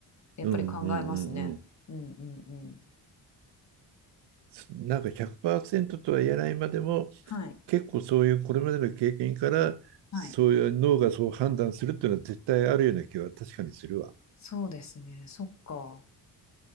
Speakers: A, on the left; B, on the right.
A: やっぱり考えますね。
B: うんうんうんうん。
A: うんうんうん。
B: なんか100%とは言えないまでも、
A: はい
B: 結構そういうこれまでの経験から、
A: はい。
B: そういう脳がそう判断するっていうのは絶対あるような気は確かにするわ。
A: そうですね。そっか。